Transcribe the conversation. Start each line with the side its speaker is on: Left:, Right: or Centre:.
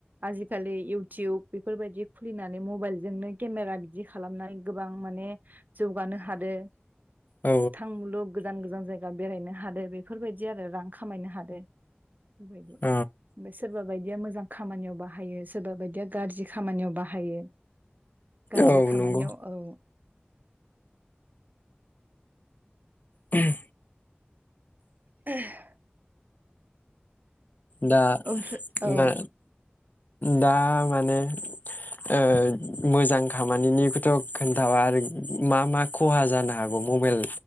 Right: आजिखालि इउटुब बेफोरबायदि खुलिनानै मबाइलजोंनो केमेरा बिदि खालामनाय गोबां माने जौगानो हादो
Left: औ
Right: थां मुलुग गोजान गोजान जाय गा बेरायनो हादों बेफोरबायदि दि आरो रां खामायनो हादो‌। बेबायदि ओमफ्राय
Left: औ
Right: सोरबा बायदिया मोजां खामानियाव बाहायो सोरबा बायदिया गाज्रि खामानियाव बाहायो। गाज्रि
Left: औ
Right: खामानियाव
Left: नंगौ
Right: औ
Left: ह।
Right: <unintelligible>
Left: दा
Right: मफ्राय औ।
Left: मा दा माने ओ मोजां खामानिनिखौथ' खोन्थाबा आरो मा मा खहा जानो हागौ मबाइल